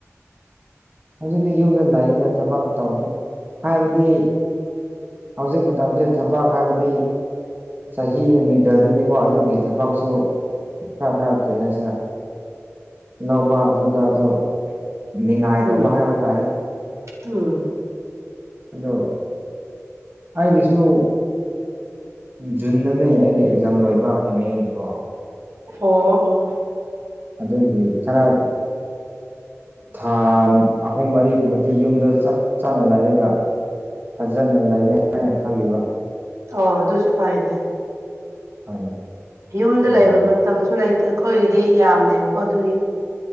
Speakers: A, on the right; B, on the right.
A: ꯍꯧꯖꯤꯛꯇꯤ ꯌꯨꯝꯗ ꯂꯥꯛꯏꯗ ꯊꯕꯛ ꯇꯧꯗꯦ ꯍꯥꯏꯕꯗꯤ ꯍꯧꯖꯤꯛ ꯃꯇꯝꯁꯦ ꯊꯕꯛ ꯍꯥꯏꯕꯗꯤ ꯆꯍꯤꯒ ꯃꯤꯗꯜꯗꯅꯤꯀꯣ ꯑꯗꯨꯒꯤ ꯊꯕꯛꯁꯨ ꯈꯔ ꯈꯔ ꯀꯔꯤꯍꯥꯏꯁꯤꯔ ꯂꯧꯕ ꯑꯗꯨꯗ ꯑꯗꯨ ꯅꯤꯡꯉꯥꯏ
B: ꯎꯝ
A: ꯑꯗꯨꯕ ꯍꯥꯏꯕ ꯇꯥꯔꯦ
B: ꯎꯝ
A: ꯑꯗꯣ ꯑꯩꯒꯤꯁꯨ ꯖꯨꯟꯗꯅꯦ ꯑꯩꯒꯤ ꯑꯦꯛꯖꯥꯝ ꯂꯣꯏꯕ ꯑꯦꯝ ꯑꯦꯒꯤꯀꯣ
B: ꯑꯣ ꯑꯣ
A: ꯑꯗꯨꯒꯤ ꯈꯔ ꯊꯥ ꯑꯍꯨꯝ ꯃꯔꯤꯒꯨꯝꯕꯗꯤ ꯌꯨꯝꯗ ꯆꯞ ꯆꯥꯅ ꯂꯩꯔꯒ ꯐꯖꯅ ꯂꯩꯒꯦ ꯍꯥꯏꯅ ꯈꯜꯂꯤꯕ
B: ꯑꯣ ꯑꯗꯨꯁꯨ ꯐꯩꯅꯦ
A: ꯍꯣꯏ
B: ꯌꯨꯝꯗ
A: ꯑꯗꯨꯒꯅꯤ
B: ꯂꯩꯕ ꯃꯇꯝꯁꯨ ꯂꯩ ꯑꯩꯈꯣꯏꯒꯤꯗꯤ ꯌꯥꯝꯗꯦꯕꯀꯣ ꯑꯗꯨꯒꯤ